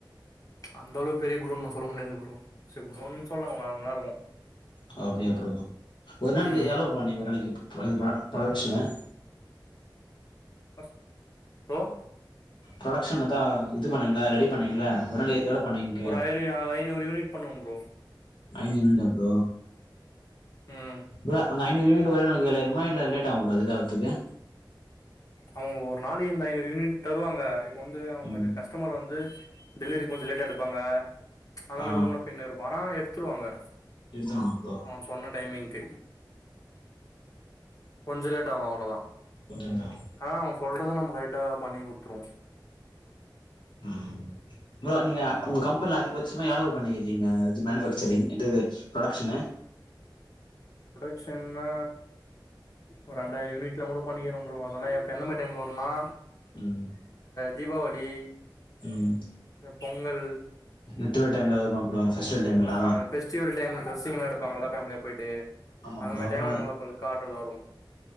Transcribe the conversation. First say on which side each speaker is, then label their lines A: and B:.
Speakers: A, on the left; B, on the left.
A: அந்தளவுக் பெரிய குடோனுன்னு சொல்ல முடியாது ப்ரோ செ குடோன்னு சொல்லாங்க நார்மலாருக்கூ
B: ஓ அப்டியா ப்ரோ ஒரு நாளிக்கி
A: ம்
B: எவ்ளோ பண்ணுவீங்க ஒரு நாளிக்கி இது ப புரொடக்ஷனு
A: ஃபஸ்ட் ஓ
B: ப்ரொடக்ஷனத்தா இது பண்ணீங்கலே ரெடி பண்ணீங்கலே ஒரே நைட்ல எவ்ளோ பண்ணீங்கன் கேகுறே
A: ஒரு ஐ ஐநூறு யூனிட் பண்ணுவோம் ப்ரோ
B: அஞ்சியூனிட்டா ப்ரோ
A: ம்
B: ப்ரோ அந்த ஐநூறு யூனிட்டு ஒரே நாள்ல காலியாயிருமா இல்ல லேட் ஆகுமா அது இதாவத்துக்கு
A: அவுங்க ஒரு நாளிக்கி இந்த ஐநூறு யூனிட் தருவாங்க இப்ப வந்து அவுங்களுக்
B: ம்
A: கஸ்டமர் வந்து டெலிவரி கொஞ்சோ லேட்டா எடுப்பாங்க அந்த
B: ஆ
A: மாரி முன்ன பின்ன இருக்கூ ஆனா எடுத்துருவாங்க
B: எடுத்துக்கலா ப்ரோ
A: அவுங் சொன்ன டைமிங்க்கு கொஞ்ச லேட்டாவு அவ்ளதா
B: கொஞ்சோ இதாகு
A: ஆனா அவுங் சொல்றத நம் கரெடா பண்ணி குத்துருவோ
B: ம் ப்ரோ நீங்க உங்க கம்பென்ல அதிக்பட்சமா எவ்ள ப்ரோ பண்ணி இருக்கீங்க இது மேனுஃபேக்ச் சிரிங் இதுது புரொடக்ஷ்னு
A: புரொடக்ஷ்ன்னா ஒரு ரெண்டாயிரோ யூனிட்லா கூட பண்ணிகிற ப்ரோ அதெல்லா எப் எந்த மாரி டைம்ல வருனா
B: ம்
A: தீபாவளி
B: ம்
A: இந்த பொங்கல்
B: நெட்டுவ டைம்ல வருமா ப்ரோ ஃபெஸ்டிவல் டைம்லா
A: ஆமா பெஸ்டிவல் டைம்ல ட்ரஸ்ஸிங்லா எடுப்பாங்கல்ல ஃபேமிலியா போயிட்டு
B: ஆமா
A: அந்த
B: ப்ரோ
A: மாரி
B: அப்றோ
A: டைம்ல நல்ல பல்கா ட்ர் வரூ